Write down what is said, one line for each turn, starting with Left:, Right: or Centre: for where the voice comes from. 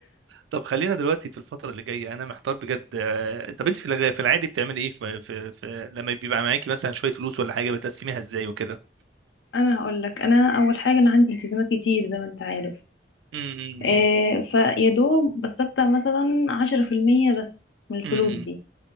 Right: طب خلينا دلوقتي في الفترة اللي جاية أنا محتار بجد آه، طب أنت في الغ- في العادي بتعملي إيه في... في... في لما بيبقى معاكي مثلا شوية فلوس ولا حاجة بتقسميها إزاي وكده؟
Left: <laughs> انا هقول لك انا اول حاجة انا عندي التزامات كتير زي ما انت عارف
Right: أمم،
Left: إيه فيا دوب بستقطع مثلا عشرة في المية بس من الفلوس
Right: أمم،
Left: دي